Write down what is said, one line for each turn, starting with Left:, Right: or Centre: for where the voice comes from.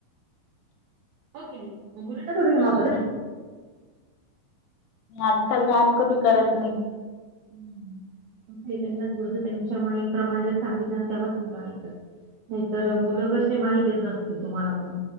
Right: हो की नई म मूलं न थोडे घाबरतात.
Left: हो आजकाल
Right: हा.
Left: व्यायाम कोणी करत नई.
Right: हम्म. त्यांना थोडंस त्यांच्या माइंड प्रमाणे जर सांगितलं ना तेव्हाच मुलं ऐकतात. नाही तर
Left: हम्म.
Right: मुलं कशे माहितेच असतील तुम्हाला पण?